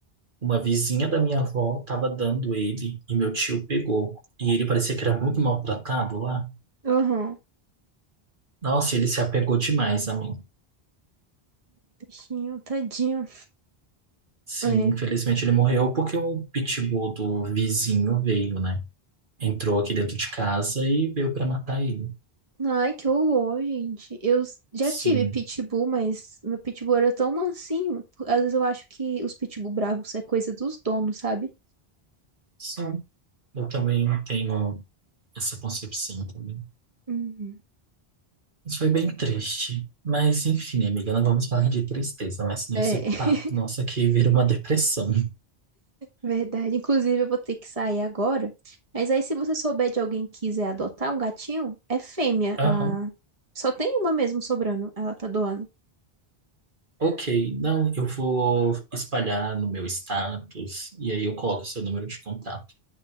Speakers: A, on the right; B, on the right.
A: uma vizinha da minha avó tava dando ele e meu tio pegou. E ele parecia que era muito maltratado lá.
B: Uhum.
A: Nossa, ele se apegou demais a mim.
B: Bichinho, tadinho.
A: Sim,
B: É.
A: infelizmente ele morreu porque o pitbull do vizinho veio, né? entrou aqui dentro de casa e veio para matar ele.
B: Ai, que horror, gente. Eu s- já
A: Sim,
B: tive pitbull, mas meu pitbull era tão mansinho. Às vezes eu acho que os pitbull bravos é coisa dos donos, sabe?
A: sim. Eu também tenho essa concepção também.
B: Uhum.
A: Isso foi bem triste. Mas, enfim, amiga, não vamos falar de tristeza, mas senão
B: É.
A: esse papo nosso aqui vira uma depressão.
B: Verdade. Inclusive, eu vou ter que sair agora. Mas aí, se você souber de alguém que quiser adotar um gatinho, é fêmea.
A: Aham.
B: A... Só tem uma mesmo sobrando. Ela tá doando.
A: Ok, não, eu vou espalhar no meu status e aí eu coloco o seu número de contato.